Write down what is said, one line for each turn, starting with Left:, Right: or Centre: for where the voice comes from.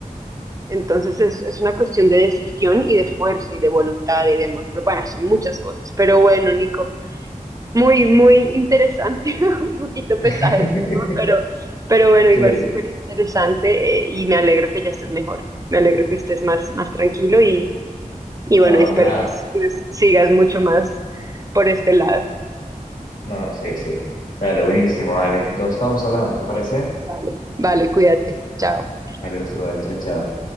Right: Entonces es, es una cuestión de decisión y de fuerza y de voluntad y de amor. Pero bueno, son muchas cosas. Pero bueno, Nico. Muy, muy interesante, <laughs> un poquito pesado
Left: <laughs>
Right: el tema, pero, pero bueno, igual
Left: Sí,
Right: súper interesante eh, y me alegro que ya estés mejor, me alegro que estés más, más tranquilo y, y bueno,
Left: no,
Right: espero
Left: gracias.
Right: que sigas, sigas mucho más por este lado.
Left: No, sí, sí. Dale, buenísimo, dale. Entonces estamos hablando, ¿te parece?
Right: Vale, vale, cuídate, chao.
Left: Dale, José, chao, chao.